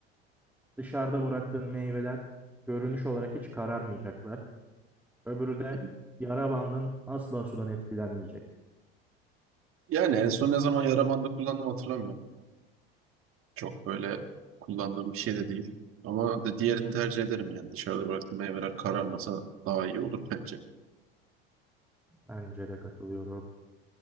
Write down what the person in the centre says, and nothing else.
dışarıda bıraktığın meyveler görünüş olarak hiç kararmayacaklar. Öbürü de
yara bandın asla sudan etkilenmeyecek.
Bence de katılıyorum.